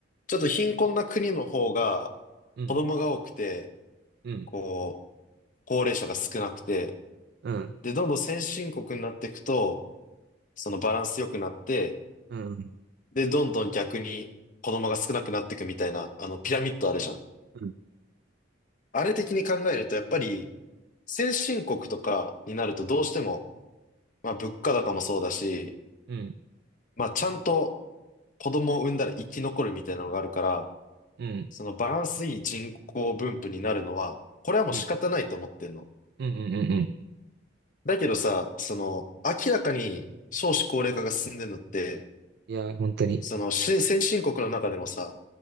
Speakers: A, on the left; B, on the right.
A: ちょっと貧困な国の方が
B: うん、
A: 子供が多くて、
B: うん、
A: こう、高齢者が少なくて、
B: うん、
A: で、どんどん先進国になっていくと、そのバランス良くなって、
B: うん、うん、
A: で、どんどん逆に子供が少なくなっていくみたいな、あの、ピラミッドあるじゃん。
B: うん、
A: あれ的に考えると、やっぱり、先進国とかになるとどうしても、まあ物価高もそうだし、
B: うん、
A: まあちゃんと子供を産んだら生き残るみたいなのがあるから、
B: うん、うん、
A: そのバランスいい人口分布になるのは、これはもう仕方ないと思ってんの。
B: うん、うん。うん
A: だけどさ、その、明らかに少子高齢化が進んでるのって、
B: いや、本当に。
A: そのし先進国の中でもさ、